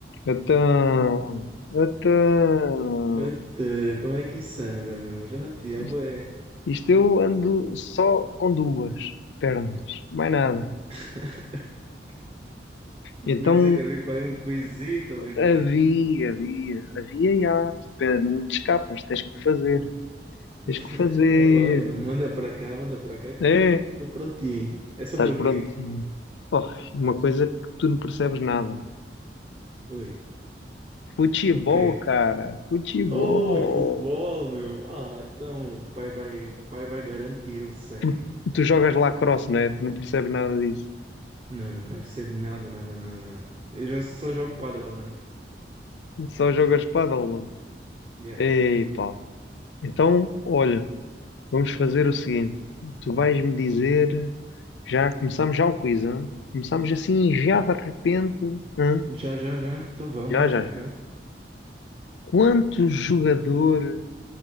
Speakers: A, on the left (about 85°); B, on the right (about 30°).
A: Então, então,
B: Até, como é que isso anda, meu? Já não te vi
A: isto,
B: há bué.
A: isto eu ando só com duas pernas, mais nada.
B: <laughs>
A: Então,
B: Ouvi dizer que havia para aí um quizito ou o que é que
A: havia,
B: era.
A: havia, havia, já, tu pe- não te escapas, tens que o fazer,
B: <laughs>
A: tens que o fazer.
B: Então, olha, manda para cá, manda para cá que
A: É,
B: eu estou prontinho. É sobre
A: estás
B: o quê?
A: pronto. Oh, uma coisa que tu não percebes nada.
B: Oi,
A: Futebol,
B: o quê?
A: cara, futebol.
B: Oi, futebol, meu. Ah, então o pai vai, o pai vai garantir o 100.
A: Tu, tu jogas lacrosse, não é? Tu não percebes nada disso.
B: Não, não percebo nada, nada, nada, nada. Eu já só jogo padel, mano.
A: Só jogas pádel,
B: Yeah.
A: Ei, Paulo. Então, olha, vamos fazer o seguinte. Tu vais-me dizer, já começamos já o quiz, hã? Começamos assim já de repente, hã?
B: Já, já, já. Então vá,
A: Já,
B: manda
A: já,
B: para
A: já.
B: cá.
A: Quanto jogador